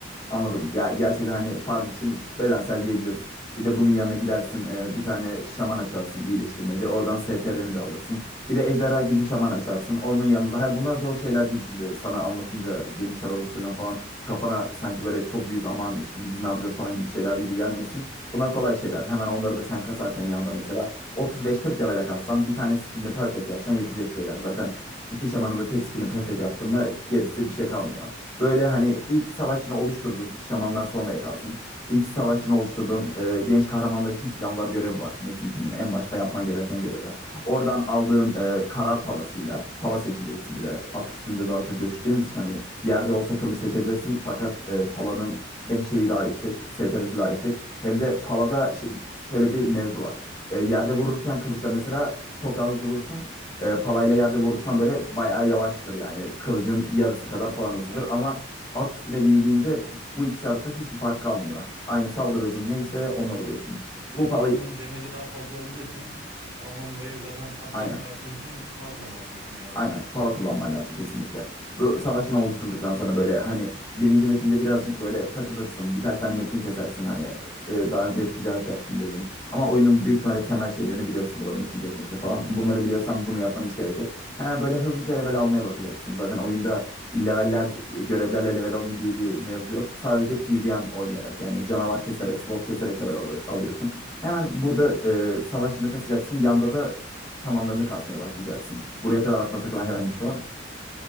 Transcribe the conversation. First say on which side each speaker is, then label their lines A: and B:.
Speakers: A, on the left (about 15°); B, on the right (about 30°).
A: Anladım. Ya gerçekten hani farm için bedensel diyebiliriz. Bir de bunun yanına gidersin e, bir tane şaman açarsın iyileştirmeci. Oradan STR'ni de alırsın. Bir de ejderha gücü şaman açarsın. Onun yanında. Hayır bunlar zor şeyler değil şimdi. Sana anlatınca yeni şar oluşturacağım falan. Kafana sanki böyle çok büyük aman şimdi biz ne yapacağız falan gibi şeyler gibi gelmesin. Bunlar kolay şeyler. Hemen onları da sen kasarken yanında mesela 35-40 level'e kassan bir tane skillini perfect yapsan yetecek şeyler. Zaten iki şamanın da tek skillini perfect yaptın mı gerisi bir şey kalmıyor. Böyle hani ilk savaşçını oluşturdun. Şamanlar sonraya kalsın. İlk savaşçını oluşturdun. e, genç kahramanlar için silahlar görevi var. Metin 2'nin en başta yapman gereken görevi. Oradan aldığın e, karar palasıyla pala seçeceksin bir de. At üstünde daha çok dövüşeceğimiz için hani yerde olsa kılıç seçebilirsin. Fakat e, palanın hem şeyi daha yüksek, STR'si daha yüksek. Hem de palada şi- şöyle bir mevzu var. E, yerde vururken kılıçla mesela çok daha hızlı vurursun. E, palayla yerde vurursan böyle bayağı yavaştır yani. Kılıcın yarısı kadar falan hızlıdır
B: Evet
A: ama
B: evet.
A: at üstüne bindiğinde bu ikisi arasında hiçbir fark kalmıyor. Aynı saldırı hızın neyse onunla vuruyorsun.
B: Bir
A: Bu
B: de
A: palayı
B: Pala'nın damage'ı daha fazla olduğu için e, onun dolayı zaten at
A: aynen.
B: üzerine savaştığın için Pala kullanmalısın diyorsun yani.
A: Aynen pala kullanman lazım kesinlikle. Bu savaşını oluşturduktan sonra böyle hani birinci metinde birazcık böyle takılırsın. Birkaç tane metin kesersin hani e, daha önce hep ticaret yaptım dedin. Ama oyunun büyük ihtimalle temel şeylerini biliyorsundur o metin kesmekte falan.
B: Aha.
A: Bunları biliyorsan bunu yapmana hiç gerek yok. Hemen böyle hızlıca level almaya bakacaksın. Zaten oyunda leveller, görevlerle level alayım diye bir mevzu yok. Sadece PvM oynayarak yani canavar keserek, slot keserek level al- alıyorsun. Hemen burada e, savaşçını kasacaksın. Yanda da şamanlarını kasmaya başlayacaksın. Buraya kadar aklına takılan herhangi bir şey var mı?